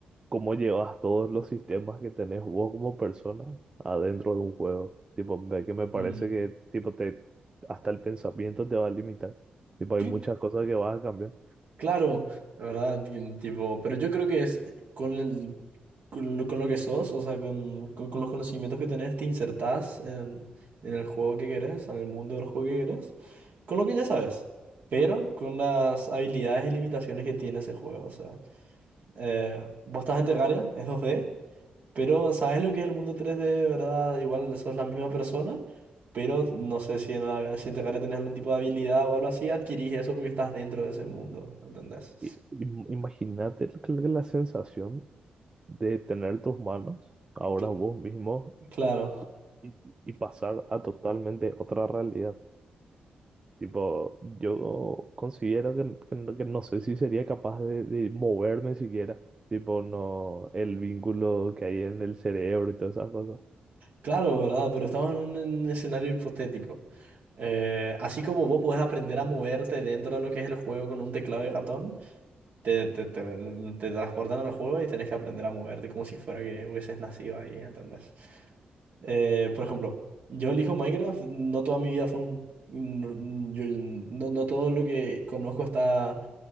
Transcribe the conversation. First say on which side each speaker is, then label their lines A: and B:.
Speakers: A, on the right; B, on the right.
A: ¿Cómo llevas todos los sistemas que tenés vos como persona adentro de un juego? Tipo, me- que me parece
B: Mm.
A: que tipo te hasta el pensamiento te va a limitar. Tipo, hay
B: Sí,
A: muchas cosas que vas a cambiar.
B: claro, la verdad, ti- tipo, pero yo creo que es con el con lo, con lo que sos, o sea, con, con- con los conocimientos que tenés, te insertás en, en el juego que querés, en el mundo del juego que querés, con lo que ya sabes, pero con las habilidades y limitaciones que tiene ese juego. O sea, eh, vos estás en Terraria, es dos d pero sabes lo que es el mundo tres d ¿verdad? Igual sos la misma persona, pero no sé si en, la- si en Terraria tenés algún tipo de habilidad o algo así, adquirís eso porque estás dentro de ese mundo, ¿entendés?
A: I- im- Imagínate la, la- la sensación de tener tus manos ahora
B: Cl-
A: vos mismo
B: Claro.
A: y, y pasar a totalmente otra realidad. Tipo, yo considero que, que- que no sé si sería capaz de, de moverme siquiera. Tipo, no, el vínculo que hay en el cerebro y todas esas cosas.
B: Claro, ¿verdad? Pero estamos en un, en un escenario hipotético. Eh, así como vos podés aprender a moverte dentro de lo que es el juego con un teclado y ratón, te, te, te, mm, te transportan al juego y tenés que aprender a moverte como si fuera que hubieses nacido ahí, ¿entendés? Eh, por ejemplo, yo elijo Minecraft, no toda mi vida fue un... un- yo- no, no todo lo que conozco está,